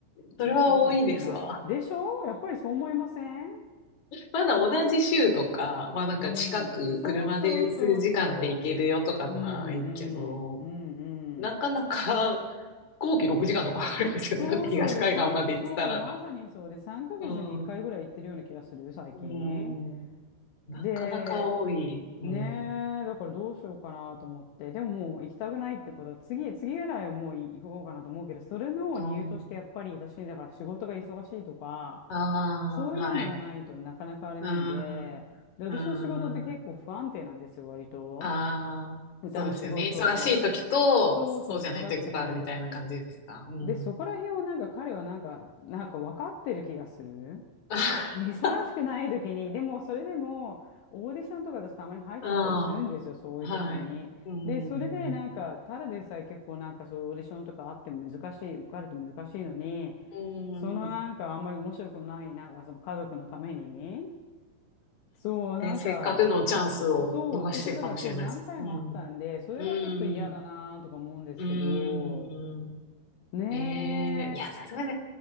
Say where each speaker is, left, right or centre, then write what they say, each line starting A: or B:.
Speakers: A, on the left (about 40°); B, on the left (about 75°).
A: それは多いですわ。
B: 行ってるかもしれない。でしょやっぱりそう思いません
A: まだ同じ州とか、まあなんか近く車で数時間で行けるよとかないけど、
B: うん。そうそうそうそう。うんうんうん
A: なかなか飛
B: うん。
A: 行機6時間とか <laughs> かかるんですよね。
B: そうそうで、
A: だって東海岸まで行ってたら。
B: 三そう、まさにそうで、3ヶ月に1回ぐらい行ってるような気がする、
A: うん。
B: 最近。
A: うん。なかなか多い。
B: で、
A: うん。
B: ねえ、
A: う
B: だからどうしようかなと思って。でももう行きたくないってことは、次、次ぐらいはもう行こうかなと思うけど、それの理由としてやっぱり私、
A: ん
B: だから仕事が忙しいとか、
A: あ
B: そういうのがないとなかなかあれなんで、
A: あ、はい。うん。
B: で、私の仕事って結構不安定なんですよ、
A: うん。
B: 割と。
A: ああ、
B: 歌の仕事。
A: そうですよね。忙しい時と、
B: そうそう、
A: そうじゃない時とあるみたいな感じですか。
B: 忙しくない時。
A: うん。
B: で、そこら辺をなんか彼はなんか、なんか分かってる気がする。
A: <laughs>
B: ね忙しくない時に、でもそれでもオーディションとかだとたまに入っちゃったりするんですよ、
A: あ
B: そういう時に。
A: あ、はい。うん。
B: で、それでなんか、ただでさえ結構なんかそういうオーディションとかあっても難しい、受かれて難しいのに、
A: うん。
B: そのなんかあんまり面白くない、なんかその家族のために、そう、なんか、
A: で、せっかくのチャンスを逃してるかもしれないです。
B: そうってことがそう何回もあったんで、
A: うん。
B: それがちょっと嫌だなとか思うんですけど、
A: うん。うーん。
B: ね
A: ええいや、さすがに、